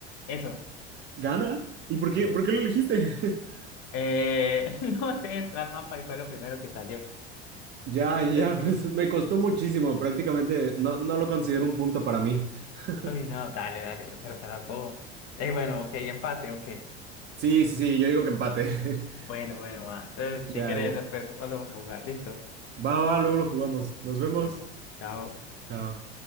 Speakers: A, on the left; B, on the right.
A: Eso.
B: ¿Gana? ¿Y por qué,
A: Sí,
B: por qué
A: ya.
B: lo elegiste? <laughs>
A: Eh, <laughs> no sé, entrar al mapa y fue lo primero que salió.
B: Ya, ya,
A: Entonces dije,
B: pues me costó muchísimo, prácticamente no, no lo considero un punto para mí. <laughs>
A: Uy, no, dale, dale, pero se alargó. Eh, bueno, ok, empate, ok.
B: Sí, sí, sí, yo digo que empate. <laughs>
A: Bueno, bueno, va. Entonces,
B: Ya,
A: si quieres,
B: ya.
A: después volvemos a jugar. ¿Listo?
B: Va, va, luego lo jugamos. Nos vemos.
A: Listo. Chao.
B: Chao.